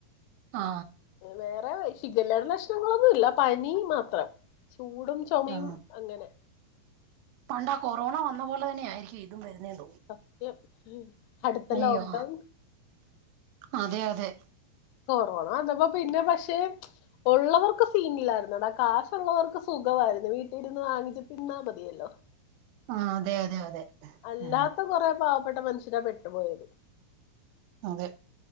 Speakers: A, on the right; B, on the left.
A: ആ
B: വേറെ ശിഗല്ലയുടെ ലക്ഷണങ്ങളൊന്നു ഇല്ല പനി മാത്രം ചൂടും ചുമയും
A: ആ
B: അങ്ങനെ
A: പണ്ടാ കൊറോണ വന്ന പോലെ തന്നെ ആയിരിക്കും ഇതും വരുന്നുന്നത്
B: പക്കെ അടുത്ത ലോക്ക്ഡൗൺ
A: അയ്യോ അതെ അതെ
B: കൊറോണ വന്നപ്പോ പിന്നെ പക്ഷെ ഉള്ളതൊക്കെ ഇല്ലായിരുന്നു ടാ കാശുള്ളവർക്ക് സുഖമായിരുന്നു വീട്ടില ഇരുന്ന് വാങ്ങിച്ചച്ച് തിന്നാ മതിയല്ലോ
A: ആ അതെ അതെ അതെ
B: അല്ലാത്ത
A: ആ
B: കൊറെ പാവപ്പെട്ട മനുഷ്യന പെട്ടുപോയത്
A: അതെ